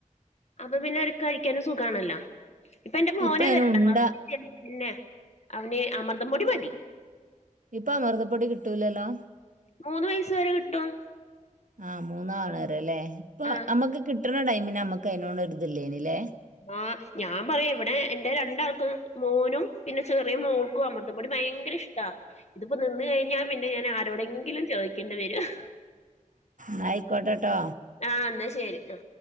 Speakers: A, on the left; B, on the right.
A: അപ്പൊ പിന്നെ അവര് കഴിക്കാനും സുഖാണല്ലോ. ഇപ്പ എന്റെ മോനെ
B: ഇപ്പൊ അതിന്
A: വരണ്
B: ഉണ്ട
A: പിന്നെ അവന് അമൃതം പൊടി മതി
B: ഇപ്പ അമൃതപ്പൊടി കിട്ടൂലല്ലോ?
A: മൂന്ന് വയസ് വരെ കിട്ടും.
B: ആഹ് മൂന്നാവണര അല്ലേ ഇപ്പൊ
A: ആ
B: നമ്മക്ക് കി പെട്ട ടൈമിന് നമുക്ക് അതിനോട് ഒരുഇത്‌ ഇല്ലയ്ന്ല്ലേ
A: ആ ഞാൻ പറയാ ഇവിടെ എന്റെ രണ്ടാൾക്ക് മോനും പിന്നെ ചെറിയ മോൾക്കും അമൃതപെടി ഭയങ്കര ഇഷ്ട ഇതിപ്പോ നിന്ന് കഴിഞ്ഞാ പിന്നെ ഞാൻ ആരോടെങ്കിലും ചോദിക്കേണ്ടി വരും.
B: നആയികൊട്ടട്ടോ
A: അഎന്നാ ശരി അ